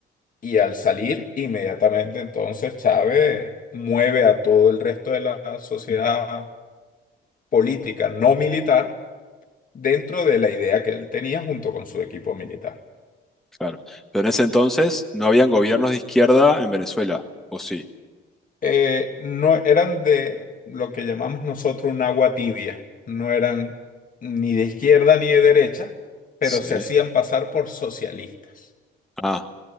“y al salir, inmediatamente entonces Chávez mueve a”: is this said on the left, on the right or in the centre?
Left